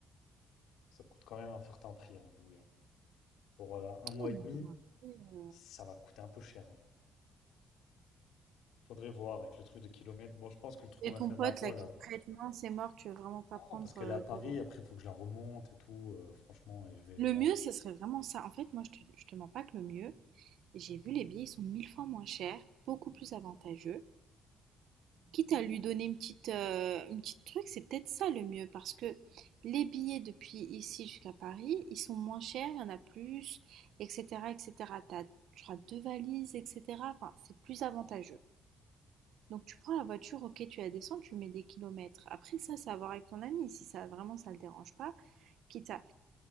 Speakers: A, on the left; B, on the right.
A: Ça coûte quand même un certain prix, hein, louer. hein. Pour euh, un mois
B: Non, mais
A: et demi,
B: bon, après, heu
A: ça va coûter un peu cher. hein. Faudrait voir avec le truc de kilomètres. Bon, je pense que le truc
B: et
A: qu'on a
B: ton
A: fait
B: pote
A: la dernière fois,
B: là qui
A: là.
B: te prête, non, c'est mort, tu veux vraiment pas
A: Non,
B: prendre,
A: parce qu'elle
B: heu,
A: est à Paris,
B: de
A: après, il faut que je la remonte et tout, euh, franchement, et je vais.
B: le mieux, ce serait vraiment ça. En fait, moi, je te je te mens pas que le mieux, j'ai vu les billets, ils sont 1000 fois moins chers, beaucoup plus avantageux. Quitte à lui donner une petite, euh, une petite truc, c'est peut-être ça le mieux parce que les billets depuis ici jusqu'à Paris, ils sont moins chers, il y en a plus, etc., etc. T'as, je crois, deux valises, etc. Enfin, c'est plus avantageux. Donc tu prends la voiture, ok, tu la descends, tu mets des kilomètres. Après ça, c'est à voir avec ton ami, si ça vraiment ça le dérange pas, quitte à